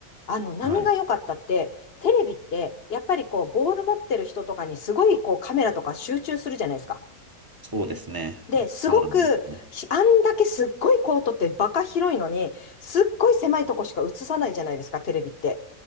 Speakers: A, on the left; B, on the right.
A: あの、何が良かったって、
B: はい。
A: テレビって、やっぱりこう、ボール持ってる人とかにすごいこう、カメラとか集中するじゃないですか。
B: そうですね。
A: で、
B: あそうなんですよ。
A: すごく、ひあんだけすっごいコートってバカ広いのに、すっごい狭いとこしか映さないじゃないですか、テレビって。